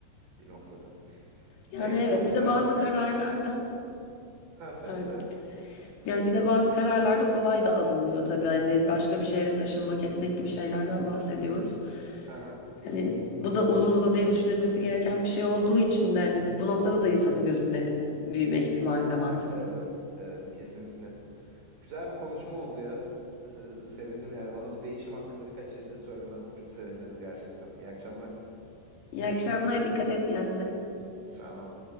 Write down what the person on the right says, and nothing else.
bir noktada.
Neyse
çok güzel
bir...
Ha söyle
söyle.
Ha ha.
Evet evet kesinlikle. Güzel bir konuşma oldu ya. Ee, sevindim yani bana bu değişim hakkında birkaç şey de söylemen çok sevindirdi gerçekten. İyi akşamlar.
Sağ ol.